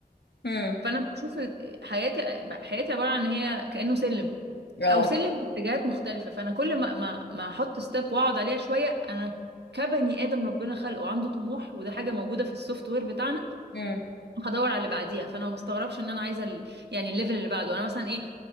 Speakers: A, on the left; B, on the right.
A: امم
B: فانا بشوف ال- حياتي حياتي عباره عن ان هي كانه سلم
A: اه
B: او سلم في اتجاهات مختلفه فانا كل ما ما ما احط ستيب واقعد عليها شويه انا كبني ادم ربنا خلقه عنده طموح وده حاجه موجوده في السوفت وير بتاعنا
A: امم
B: هدور على اللي بعديها فانا ما بستغربش ان انا عايزه ال... يعني الليفل اللي بعده انا مثلا ايه